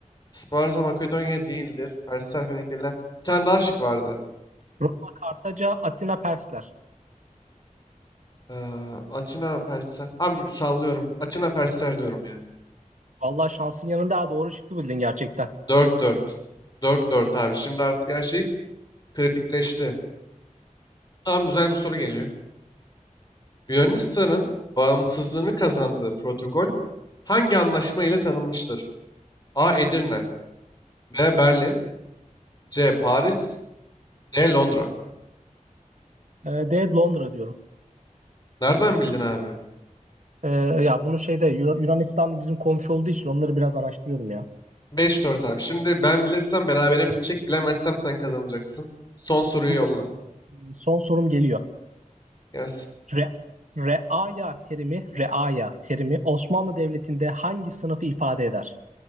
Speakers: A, on the left; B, on the right.
A: Sparta, Makedonya değildir. Persler, Fenikeliler. Bir tane daha şık vardı.
B: Roma, Kartaca, Atina, Persler.
A: Ee, Atina Persler. Abi sallıyorum. Atina Persler diyorum ya.
B: Vallahi şansın yanında daha doğru şıkkı bildin gerçekten.
A: Dört dört, dört dört abi. Şimdi artık her şey kritikleşti. Tamam güzel bir soru geliyor. Yunanistan'ın bağımsızlığını kazandığı protokol hangi anlaşma ile tanınmıştır? A. Edirne B. Berlin C. Paris D. Londra
B: Ee, de Londra diyorum.
A: Nereden bildin abi?
B: Ee, ya bunu şeyde Yun- Yunanistan bizim komşu olduğu için onları biraz araştırıyordum ya.
A: Beş dört abi. Şimdi ben bilirsem berabere bitecek. Bilemezsem sen kazanacaksın. Son soruyu
B: Dur
A: yolla.
B: bakayım. Son sorum geliyor.
A: Gelsin.
B: Re, reaya terimi, reaya terimi Osmanlı Devleti'nde hangi sınıfı ifade eder?